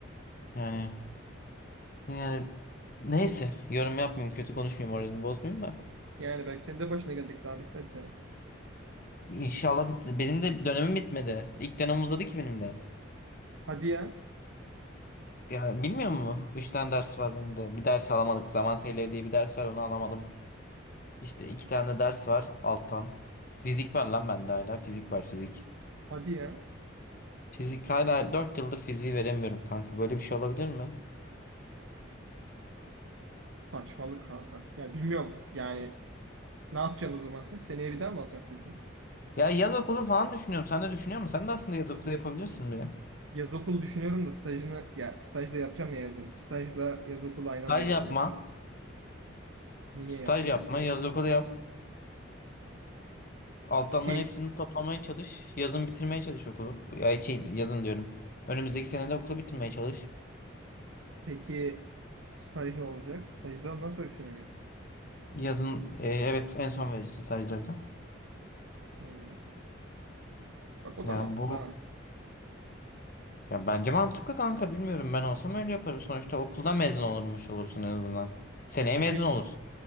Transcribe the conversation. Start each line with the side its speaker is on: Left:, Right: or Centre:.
Left: Yani yani neyse yorum yapmayayım. Kötü konuşmayayım. Moralini bozmayayım da.
Right: Yani belki senin de başına gelecek daha bitmedi sene.
Left: İnşallah bit benim de dönemim bitmedi. İlk dönem uzadı ki benim de.
Right: Hadi ya.
Left: Ya bilmiyor musun? 3 tane ders var benim de. Bir ders alamadık. Zaman seyirleri diye bir ders var onu alamadım. İşte 2 tane de ders var alttan. Fizik var lan bende hala. Fizik var fizik.
Right: Hadi ya.
Left: Fizik hala 4 yıldır fiziği veremiyorum kanka. Böyle bir şey olabilir mi?
Right: Saçmalık kanka. Ya bilmiyorum yani ne yapacaksın o zaman sen? Seneye bir daha mı alacaksın fiziği?
Left: Ya yaz okulu falan düşünüyorum. Sen de düşünüyor musun? Sen de aslında yaz okulu yapabilirsin bir.
Right: Yaz okulu düşünüyorum da stajını ya stajda yapacağım ya yazın. Stajla yaz okulu aynı
Left: Staj
Right: anda yapılmıyormuş.
Left: yapma.
Right: Niye
Left: Staj
Right: yapmayayım?
Left: yapma. Yaz okulu yap. Alttanların
Right: Şey
Left: hepsini toplamaya çalış. Yazın bitirmeye çalış okulu. Ya şey, yazın diyorum. Önümüzdeki senede okulu bitirmeye çalış.
Right: peki staj ne olacak? Stajda nasıl öykünemi yapayım?
Left: Yazın e, evet en son verirsin stajları da.
Right: Hmm, Bak o
Left: Yani
Right: da mantıklı
Left: bu
Right: ha.
Left: ya bence mantıklı kanka. Bilmiyorum ben olsam öyle yaparım. Sonuçta okuldan mezun olurmuş olursun en azından. Seneye
Right: E
Left: mezun
Right: pe-
Left: olursun.